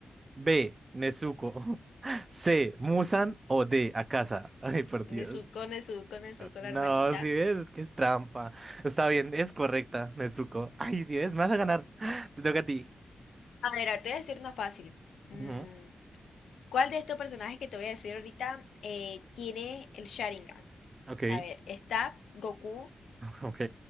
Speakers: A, on the right; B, on the left.
A: B, Nezuko, <laughs> C, Musan o D, Akasa. <laughs> Ay, por Dios.
B: Nezuko, Nezuko, Nezuko,
A: No,
B: la hermanita.
A: si ves, es que es trampa. Está bien, es correcta, Nezuko. Ay, si ves, me vas a ganar. Te toca a ti.
B: A ver, ahora te voy a decir una fácil. Mm,
A: Ujú,
B: ¿Cuál de estos personajes que te voy a decir ahorita eh, tiene el Sharingan?
A: Ok,
B: A ver, está Goku,
A: ok,